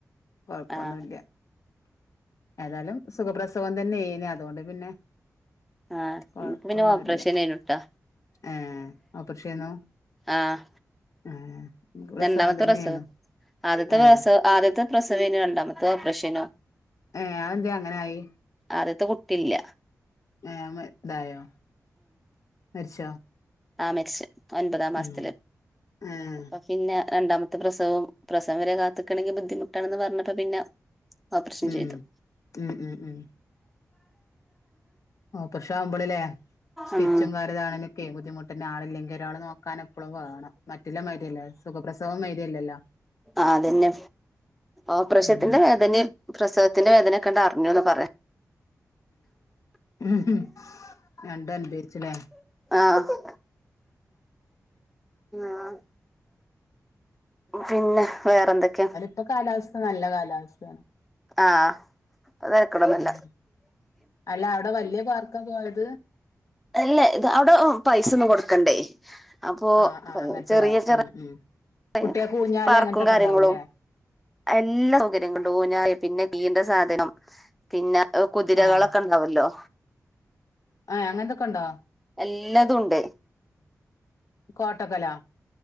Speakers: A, on the left (about 60°); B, in the centre.
A: കൊഴപ്പൊന്നുല്ല.
B: ആഹ്
A: ഏതാലും സുഖപ്രസവം തന്നെയ്നു അതോണ്ട് പിന്നെ
B: ആഹ്
A: കൊഴപ്പൊന്നുല്ല
B: ഇൻക്ക് പിന്നെ ഓപ്പറേഷനേയ്നുട്ടാ.
A: ഏഹ് ഓപ്പർഷെയ്നു‌
B: ആഹ്
A: ഏഹ്. പ്രസവം
B: രണ്ടാമത്തെ
A: തന്നെയേന്നു
B: പ്രസവ് ആദ്യത്തെ
A: ഏഹ്
B: പ്രസവ് ആദ്യത്തെ പ്രസവേയ്നു രണ്ടാമത്തെ ഓപ്പറേഷയ്നു.
A: ഏഹ് അഎന്ത്യാ അങ്ങനായി.
B: ആദ്യത്തെ കുട്ടില്ല.
A: ഏഹ് മെ ഇതായോ മരിച്ചോ?
B: ആഹ് മരിച്ച് ഒൻപതാം മാസത്തില്
A: ഉം ഏഹ്
B: പ പിന്നെ രണ്ടാമത്തെ പ്രസവം പ്രസവം വരെ കാത്ത്ക്കണെങ്കി ബുദ്ധിമുട്ടാണെന്ന് പറഞ്ഞപ്പോ പിന്നെ ഓപ്പറേഷൻ
A: ഉം
B: ചെയ്തു
A: ഉഹ് ഉഹ് ഉഹ് ഓപ്രഷാവുമ്പള്ല്ലേ. സ്റ്റിച്ചും
B: ഉം
A: കാര്യതാണൊലൊക്കെ ബുദ്ധിമുട്ടെന്നെ ആളില്ലെങ്കി ഒരാൾ നോക്കാനപ്പഴും വാണം. മറ്റുള്ള മായിര്യല്ലേ സുഖപ്രസവം മായിരിയല്ലല്ലോ?
B: ആഹ് തന്നെ ഓപ്രഷ്യത്തിന്റെ
A: ഉം
B: വേദ പ്രസവത്തിന്റെ വേദനൊക്കങ്ങട്ടറിഞ്ഞുന്ന് പറയാ.
A: ഉഹ് രണ്ടൊൻഭവിച്ചൂലെ.
B: ആഹ് ആഹ് പിന്നെ വേറെന്തൊക്കെ?
A: ഇപ്പ കാലാവസ്ഥ നല്ല കാലാവസ്ഥ
B: ആഹ അതരക്കടൊന്നുല്ല.
A: ഉം അല്ല അവിടെ വല്ല്യ ബാർക്ക പോയത്
B: അല്ല ഇത് അവിടെ അ് പൈസൊന്നും കൊടുക്കണ്ടേ. അപ്പൊ
A: ആഹ് ആഹ് അങ്ങനത്തതാവും
B: ചെറിയ ചെർ
A: ഉം ഉം
B: യ
A: കുട്ടികൾക്ക് ഊഞ്ഞാല്
B: പാർക്കും
A: അങ്ങനത്തൊക്കെ
B: കാര്യങ്ങളും
A: ഉണ്ടാവൂല്ലേ
B: എല്ല സൗകര്യങ്ങൾണ്ട് ഊഞ്ഞാല് പിന്നെ നീണ്ട സാധനം പിന്നെ കുതിരകളൊക്കെ
A: ആഹ്
B: ഉണ്ടാവല്ലോ.
A: ആഹ് എ അങ്ങൻത്തൊക്കെണ്ടോ?
B: എല്ലാതും ഉണ്ട്
A: കോട്ടക്കലോ?